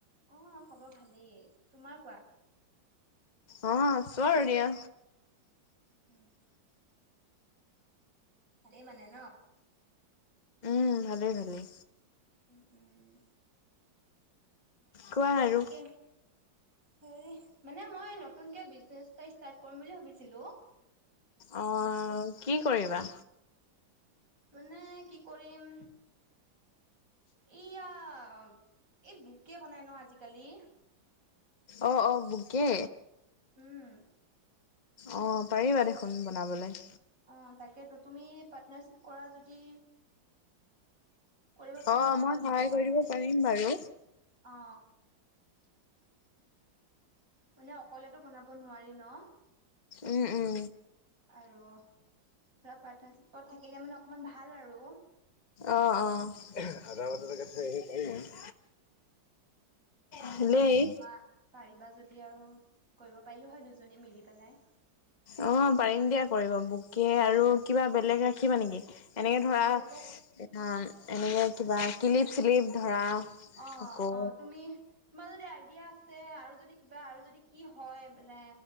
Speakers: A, on the right (about 45°); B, on the left (about 25°).
A: অ', খবৰ ভালেই তোমাৰ কোৱা?
B: অ আছোঁ আৰু দিয়া।
A: উম, ভালে মানে ন?
B: উম ভালেই ভালেই।
A: উম উম।
B: কোৱা আৰু
A: তাকে হেৰি মানে মই নতুনকে বিজনেচ এটা ষ্ট্ৰাট কৰিম বুলি ভাবিছিলোঁ।
B: অ কি কৰিবা?
A: মানে কি কৰিম, ইয়া এই বোকে বনাই ন আজিকালি,,
B: অঁ অঁ বোকে।
A: উম।
B: অ পাৰিবা দেখোন বনাবলৈ।
A: অ তাকেতো তুমি পাৰ্টনাৰশ্বিপ কৰা যদি কৰিব পাৰিলা
B: অ মই
A: হয়
B: সহায়
A: মোৰ লগত
B: কৰি দিব
A: মানে,,
B: পাৰিম বাৰু
A: অ মানে অকলেতো বনাব নোৱাৰি ন?
B: উম উম
A: আৰু ধৰা পাৰটনাৰশিপত থাকিলে মানে অকমান ভাল আৰু।
B: অ অ আধ প <unintelligible>
A: সেই তাকে
B: ভালেই
A: ভাবিছো তোমাক পাৰিবা যদি আৰু কৰিব পাৰিলোঁ হয় দুজনে মিলি পেলাই।
B: অ পাৰিম দিয়া কৰিব বোকে আৰু কিবা বেলেগ ৰাখিবা নেকি? এনেকে ধৰা
A: বেলেগ
B: এনেকে কিবা ক্লিপ চিলিপ ধৰা
A: অ
B: আকৌ
A: অ তুমি তোমাৰ যদি দিয়া আছে আৰু যদি কিবা আৰু যদি কি হয় যে